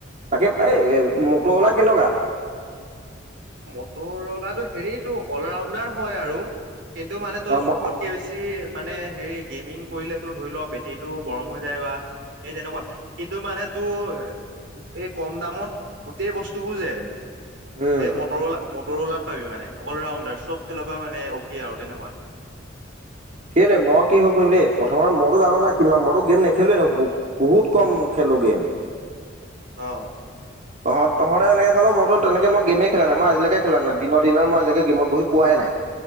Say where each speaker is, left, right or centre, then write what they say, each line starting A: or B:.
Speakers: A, on the right; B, on the right.
A: তাকে, এই-এই মট'আলা কেনেকুৱা?
B: মট'আলাটো হেৰিটো অল ৰাউণ্ডাৰ হয় আৰু কিন্তু মানে তই
A: অ
B: জোখত
A: ম-
B: কে বেছি মানে হেৰি গেমিং কৰিলে ধৰি ল বেটেৰীটো গৰম হৈ যায় বা সেই তেনেকুৱা। কিন্তু মানে তোৰ এই কম দামত গোটেই বস্তুবোৰ যে
A: উম
B: এই মট'আলা-মট'আলাত পাবি মানে অল ৰাউণ্ডাৰ চব ফালৰ পৰা মানে অকে আৰু তেনেকুৱা।
A: সেইটোৱে মই কি হ'ল <unintelligible> দে প্ৰথমে মইটো জানো না কিমান মইটো গেম নেখেলুৱে <unintelligible> বহুত কম খেলু গেম।
B: অ'।
A: তহঁত তহঁতে যেনেকে খেল মইটো তেনেকে মই গেমেই খেলা নাই মই আজিলৈকে খেলা নাই দিনত দিনৰ মই আজিলৈ গেমত বহি পোৱাই নাই।